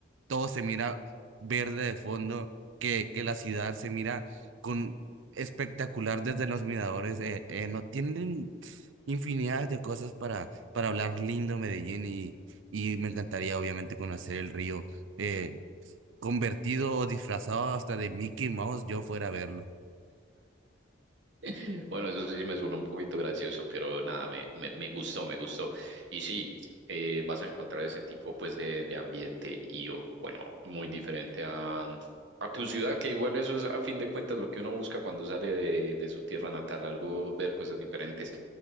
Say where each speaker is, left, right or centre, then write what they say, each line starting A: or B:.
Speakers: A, on the right (about 80°); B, on the right (about 70°).
A: todo se mira verde de fondo, que, que la ciudad se mira con espectacular desde los miradores. eh, eh, no tienen infinidad de cosas para, para hablar lindo Medellín y, y me encantaría obviamente conocer el río, eh, convertido o disfrazado hasta de Mickey Mouse, yo fuera a verlo.
B: <laughs> Bueno, eso sí me suena un poquito gracioso, pero nada, me, me, me gustó, me gustó. Y sí, eh, vas a encontrar ese tipo pues de, de ambiente y oh, bueno, muy diferente a, a tu ciudad, que igual eso es a fin de cuentas lo que uno busca cuando sale de, de su tierra natal, algo, ver cosas diferentes.